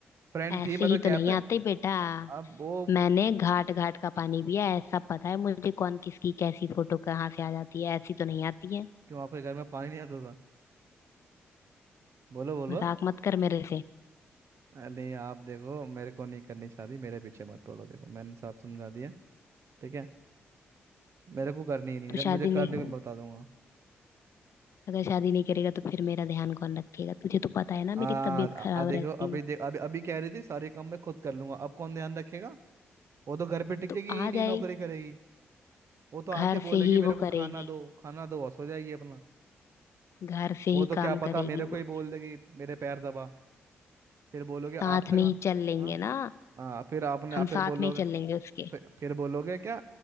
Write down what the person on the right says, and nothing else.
फ्रेंड
थी मैं
तो कहता
है
अब वो
क्यों आपके घर में पानी नहीं आता था बोलो बोलो
अरे नहीं आप देखो मेरे को नहीं करनी चाहती मेरे पीछे मत पड़ो देखो मैंने साफ समझा दिया ठीक है मेरे को करनी ही नहीं
जब
मुझे कर
दोगे मैं बता दूंगा
आ, आ,
आ देखो
अभी
देख अभी अभी कह रही थी सारे काम मैं खुद कर लूंगा अब कौन ध्यान रखेगा वो तो घर पे टिकेगी
ही नहीं
नौकरी करेगी वो तो आके
बोलेगी
मेरे
को
खाना दो खाना दो बस हो जाएगी अपना
वो तो
क्या पता
मेरे को
ही बोल देगी मेरे पैर दबा फिर बोलोगे आज
तक
हाँ
हाँ
हाँ, फिर आपने
फिर
बोलोगे
फिर, फिर बोलोगे क्या